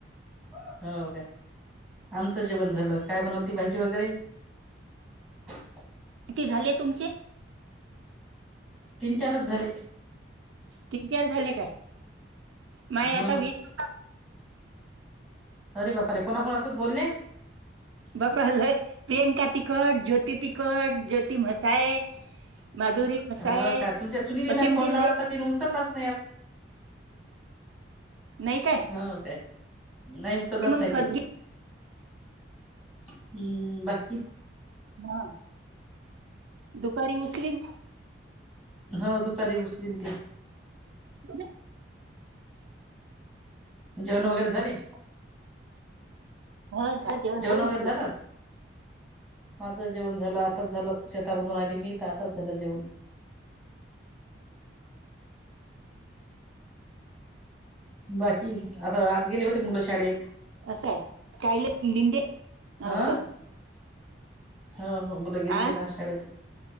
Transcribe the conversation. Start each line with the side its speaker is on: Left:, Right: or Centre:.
Centre: हो काय आमचं जेवण झालं काय बनवती भाजी वगैरे, <unintelligible>
Right: किती झाले तुमचे?
Centre: तीन चारच झाले.
Right: तीन चार झाले काय माय
Centre: हो
Right: आता वीस झालं
Centre: अरे बापा रे कोणाकोणा सोबत बोलले?
Right: बापा लय प्रियंका तिखट, ज्योती तिखट, ज्योती मसाय माधुरी मसाय
Centre: ह का तुमच्या सुनील म्या
Right: असे म्हणजे
Centre: फोन लावला
Right: लय
Centre: तर तिने उचललाच
Right: नाही काय
Centre: हा काय नाही. उचललाच
Right: मग
Centre: नाही
Right: खत
Centre: तीन हम् बाकी,
Right: हा दुपारी उचलील ना.
Centre: ह दुपारी उसलीन ते.
Right: ना
Centre: जेवण वगैरे झाले
Right: हा झा जेवण बोल
Centre: वगैरे
Right: म्हतलं
Centre: झालं <inaudible> माझं जेवण झालं आताच झालं शेता मधून आली मी त आताच झालं जेवण. <inaudible> बाकी आता आज गेले होते मुलं शाडेत
Right: असंय काय लीन लीडे
Centre: अ
Right: असं,
Centre: हो हो मुलं गेलते
Right: आ
Centre: ना शाळेत.